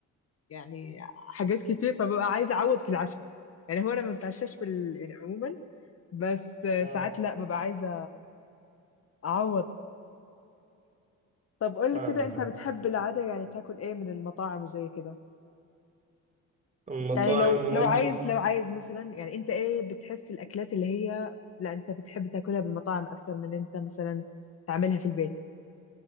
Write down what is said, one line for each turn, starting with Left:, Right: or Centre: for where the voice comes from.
Left: يعني حاجات كتير فببقى عايزة أعوض في العشاء يعني هو أنا ما بتعشاش بال يعني عموما بس
Right: اه
Left: ساعات لا ببقى عايزة أعوض طب قولي
Right: فاهمك
Left: كده أنت
Right: اه
Left: بتحب العادة يعني تاكل إيه من المطاعم وزي كده
Right: المطاعم
Left: يعني لو لو
Right: ممكن
Left: عايز لو عايز مثلا يعني أنت إيه بتحس الأكلات اللي هي لا أنت بتحب تاكلها بالمطاعم أكتر من أنت مثلا تعملها في البيت